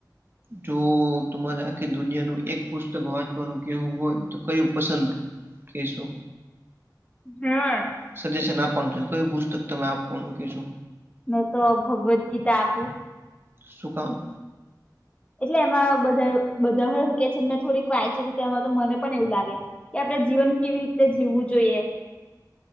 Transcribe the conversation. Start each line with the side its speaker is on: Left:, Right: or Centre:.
Right: જો તમારે આખી દુનિયાનું એક પુસ્તક વાંચવાનું કેવું હોય તો કયું પસંદ કેશો?
Left: હે.
Right: સજેશન આપવાનું છે, કયુ પુસ્તક તમે આપવાનું કેશો?
Left: મે તો ભગવદ્ ગીતા આપું
Right: શુ કામ?
Left: એટલે એમાં બધા બધા હોય કે છે, ને થોડીક વાંચેલી તેમાં તો મને પણ એવું લાગે કે આપડે જીવન કેવી રીતે જીવવું જોઈએ.